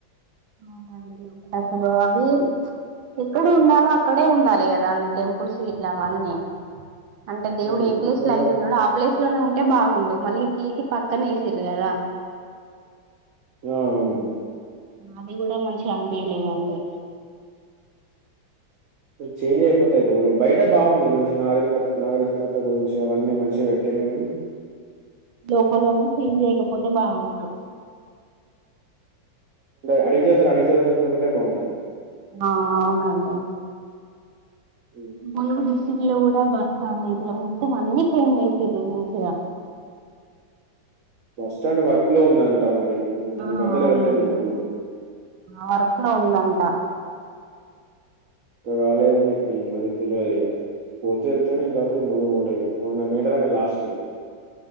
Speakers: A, on the right; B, on the right.
A: అవునండి లోకదసర బాబీ ఎక్కడ ఉండాలో అక్కడే ఉండాలి కదా అండి టెంపుల్స్ ఇట్లా అవన్నీ అంటే దేవుడు
B: హ్మ్.
A: ఏ ప్లేస్
B: ఎక్కడున్నరవి
A: లో అవుతున్నాడో ఆ ప్లేస్ లోనే ఉంటే బాగుండు మళ్లీ పీకి పక్కన ఎసిర్రు కదా
B: ఆ అవును
A: అది కూడా మంచిగా అనిపయలేదు అండి
B: చేంజ్ అయిపోతాయి బయట బాగుంది మంచి నాక నాగరితికత గురించి అవన్నీ మంచిగా పెట్టాన <unintelligible> కానీ
A: లోపలనే క్లీన్ చేయకపోతే బాగుండు
B: అడివి జతోళ్లు అడివి జతోళ్లు కొంటనే బాగున్ అ
A: ఆ అవునండి
B: హ్మ్.
A: ములుగు డిస్టిరిక్ట్ లో కూడా బస్తంది ఇట్లా మొత్తం అన్ని చేంజ్ చేస మంచిగా
B: బస్స్టాండ్ వర్క్ లో ఉందంట మరి
A: ఆ
B: మీ మధ్యలో
A: అవునండి
B: వెళ్ <unintelligible> ములుగుడుదు
A: ఆ వర్క్ లో ఉందంట
B: ఇంకా రాలేదని చెప్పి మరి తెలియదు ఇక పోతేళ్తేనే ఇ తర న మొలుగు పోలే ఇక మొన్న మీడరమ లాస్ట్ ఇయర్